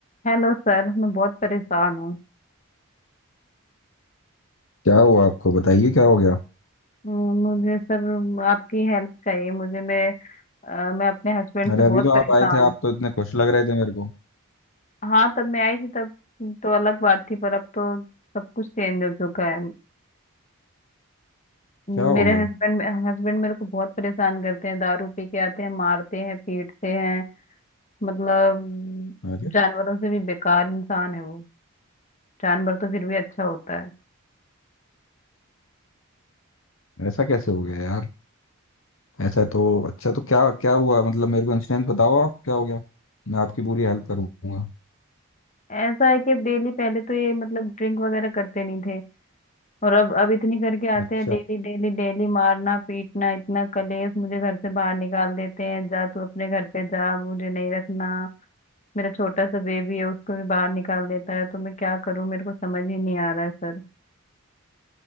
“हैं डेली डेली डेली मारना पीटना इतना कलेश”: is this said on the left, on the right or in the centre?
Left